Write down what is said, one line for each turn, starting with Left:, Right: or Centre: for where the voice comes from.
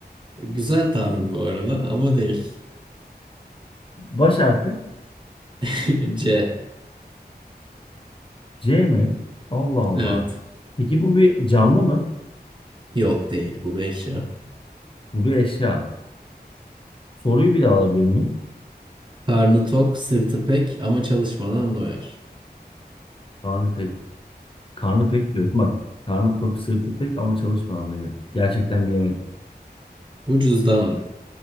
Right: Güzel tahmin bu arada ama değil.
Left: Baş harfi
Right: <laughs> C.
Left: C mi? Allah Allah.
Right: Evet.
Left: Peki bu bir canlı mı?
Right: Yok değil bu beş ya.
Left: Bu bir eşya. Soruyu bir daha alabilir miyim?
Right: Karnı tok, sırtı pek ama çalışmadan doyar.
Left: Karnı pek. Karnı pek diyorum. Bak karnı tok sırtı pek ama çalışmadan diyor. Gerçekten bilemedim.
Right: Bu cüzdanlı. <laughs>